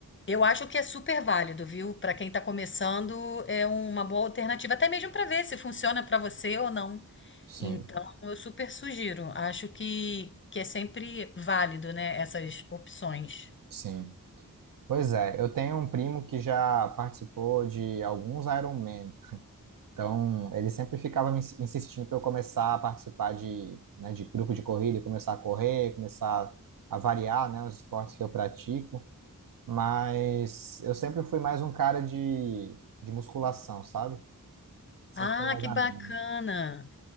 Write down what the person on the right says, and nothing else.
Sim,
sim. Pois é, eu tenho um primo que já participou de alguns Ironman. Então, ele sempre ficava me ins- insistindo para eu começar a participar de, né, de grupo de corrida, começar a correr, começar a variar, né, os esportes que eu pratico. Mas eu sempre fui mais um cara de, de musculação, sabe? Sempre
fui mais
a
mim.